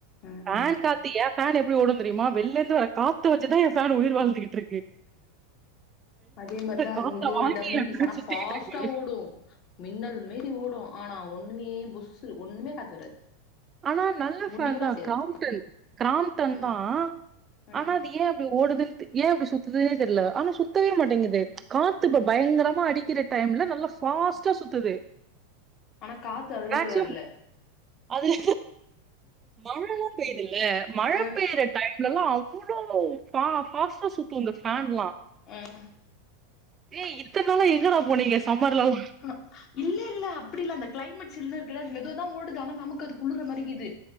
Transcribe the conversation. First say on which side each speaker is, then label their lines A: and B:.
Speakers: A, on the left; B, on the right.
A: ம்
B: ஃபேன்
A: ம்
B: காத் து எ ஃபேன் எப்டி ஓடு தெரியுமா வெள்ளில இருந்து வர காத்து வச்சுதா எ ஃபேன் உயிர் வாழ்ந்துட்டு இருக்கு
A: அதே மாரிதா
B: காத்த
A: இங்க
B: வாங்கி
A: ஒரு டம்மி
B: என்
A: பீஸ்
B: ஃபேன்
A: ஆனா
B: சுத்திக்கிட்ருக்கு
A: ஃபாஸ்டா ஓடு மின்னல் மேறி ஓடு ஆனா ஒண்ணுமே புஸ்ஸு ஒண்ணுமே காத்து வராது
B: ஆனா நல்ல
A: முட்டி
B: ஃபேன்
A: கூட
B: தா
A: அசையாது
B: கிராம்டன் கிராம்டன்
A: ம்
B: தா
A: ம்
B: ஆனா அது ஏ அப்டி ஓடுதுன்டு ஏ அப்டி சுத்துதுனே தெரில ஆனா சுத்தவே மாட்டேங்குது காத்து இப்ப பயங்கரமா அடிக்கிற டைம்ல நல்லா சு ஃபாஸ்டா சுத்துது
A: ஆனா காத்து அதுலந்து
B: மேக்சிமம்
A: வரல
B: அதுல மழல்லா பெய்துல்ல மழ
A: ம்
B: பெய்ர டைம்லலா அவ்ளோ ஃபாஸ்டா சுத்து இந்த ஃபேன்லா
A: ம்
B: ஏ இத்நாளா எங்கடா போனீங்க சம்மர்லல்லா
A: ஆ இல்ல இல்ல அப்டி இல்ல அந்த கிளைமேட் சில்லுனு இருக்குல்ல அது மெதுவாதா ஓடுது ஆனா நமக்கு அது குள்ளர்ற மாருகிது